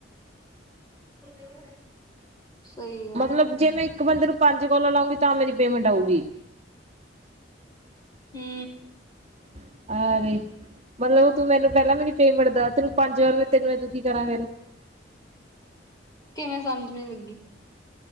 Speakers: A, on the left (about 20°); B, on the right (about 35°).
A: <inaudible>
B: ਮਤਲਬ
A: ਆ
B: ਜੇ ਮੈਂ ਇੱਕ ਬੰਦੇ ਨੂੰ ਪੰਜ ਕੋਲਾਂ ਲਾਉਂਗੀ ਤਾਂ ਮੇਰੀ ਪੇਮੈਂਟ ਆਊਗੀ?
A: ਹੂੰ
B: <unintelligible> ਅਰੇ ਮਤਲਬ, ਤੂੰ ਮੈਨੂੰ ਪਹਿਲਾਂ ਮੇਰੀ ਪੇਮੈਂਟ ਦਸ। ਤੈਨੂੰ ਪੰਜ ਹਜ਼ਾਰ <unintelligible> ਤੈਨੂੰ ਮੈਂ ਹੁਣ ਕੀ ਕਰਾਂ
A: ਕਿਵੇਂ? ਸਮਝ ਨਹੀਂ ਲੱਗੀ।